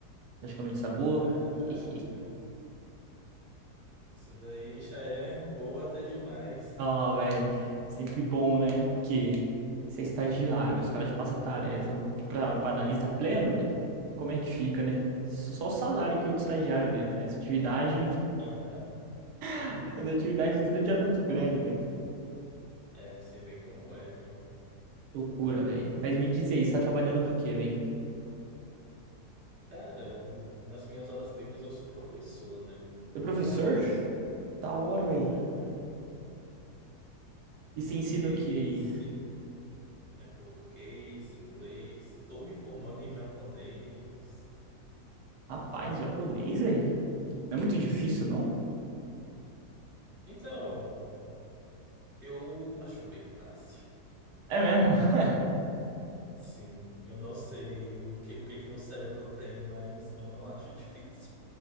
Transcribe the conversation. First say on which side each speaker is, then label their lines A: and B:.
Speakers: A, on the right; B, on the right.
A: Acho que é notícia boa.
B: caraca.
A: <laughs>
B: Isso daí já é boa até demais.
A: Ó, velho, sempre bom, né? Porque você é estagiário, os caras te passam tarefa pra, pra analista pleno, velho. E Como é que fica, né? Só o salário que é o de estagiário mesmo, né? As atividades,
B: Aham. <laughs>
A: <laughs> as atividades é tudo de adulto grande, velho.
B: É, sei bem como é, viu?
A: Loucura, velho. Mas me diz aí, você tá trabalhando do quê, bem?
B: Cara, nas minhas horas livres eu sou professor, né?
A: Do
B: Mas,
A: professor? Ah, Que da hora, velho.
B: uhum,
A: E você
B: português,
A: ensina o que aí?
B: sim, é português, inglês. Tô me formando em japonês,
A: Rapaz, japonês aí? Não é muito difícil,
B: sim.
A: não?
B: Então, eu acho bem fácil.
A: É mesmo? <laughs>
B: Sim, eu não sei o que o que que meu cérebro tem, mas eu não <laughs> acho difícil.